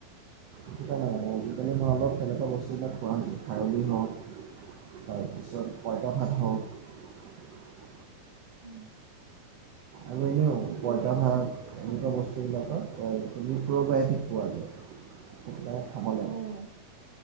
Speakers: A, on the right (about 75°); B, on the right (about 30°).
A: সেইকাৰণে
B: উম,
A: মানে আজিকালি মই অলপ তেনেকুৱা বস্তুবিলাক খোৱা হৈছোঁ খাৰলি হওঁক তাৰপিছত পঁইতা ভাত হওঁক।
B: উম,
A: আমি এনেও
B: ভালেই
A: পইতা
B: কৰা
A: শাক
B: খাব।
A: এনেকুৱা বস্তুবিলাকত প্ৰ'বায়টিক পোৱা যায়। সেইটো কাৰণে খাব লাগে
B: অহ।